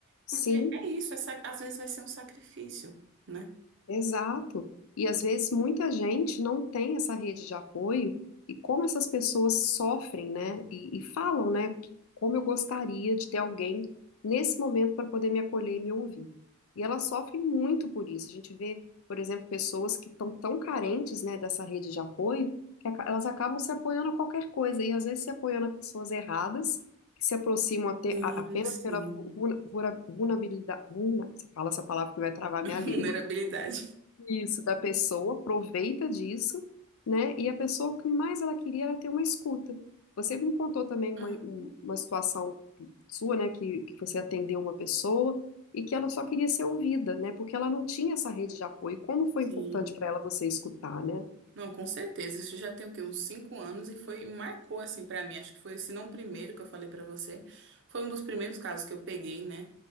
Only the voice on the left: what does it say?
Sim.
Exato. E às vezes muita gente não tem essa rede de apoio, e como essas pessoas sofrem, né? E, e falam, né? que- como eu gostaria de ter alguém nesse momento para poder me acolher e me ouvir. E elas sofrem muito por isso. A gente vê, por exemplo, pessoas que estão tão carentes, né, dessa rede de apoio, que aca- elas acabam se apoiando a qualquer coisa, e às vezes se apoiando a pessoas erradas, que se aproximam ate-
a- apenas pela
vulnerabilidade. Você fala essa palavra que vai travar
minha língua
isso, da pessoa, aproveita disso, né? E a pessoa, o que mais ela queria era ter uma escuta. Você me contou também uma,
um- uma situação sua, né? Que, que você atendeu uma pessoa e que ela só queria ser ouvida, né? Porque ela não tinha essa rede de apoio. Como foi
importante para ela você escutar, né?